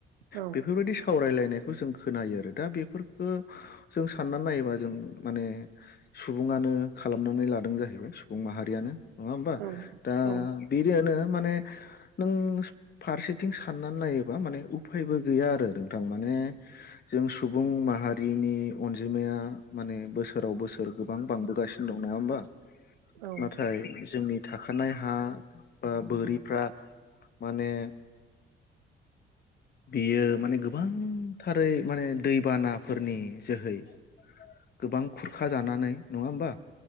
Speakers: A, on the right; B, on the left.
A: औ
B: बेफोरबादि सा सावरायलायनायखौ जों खोनायो आरो दा बेफोरखो जों साननानै नायोबा जों माने सुबुङानो खालामनानै लादों जाहैबाय। सुबुं माहारियानो नङा होमबा
A: औ
B: दा
A: औ
B: बिरैयानो माने नों फारसेथिं साननानै नायोबा माने उफायबो गैया आरो नों थां माने जों सुबुं माहारिनि अनजिमाया माने बोसोराव बोसोर गोबां बांबोगासिनो दं नङा होमबा
A: औ
B: नाथाय
A: औ औ
B: जोंनि थाखानाय हा बा बोरिफ्रा माने बेयो माने गोब गोबांथारै माने दैबानाफोरनि जोहै गोबां खुरखा जानानै नङा होमबा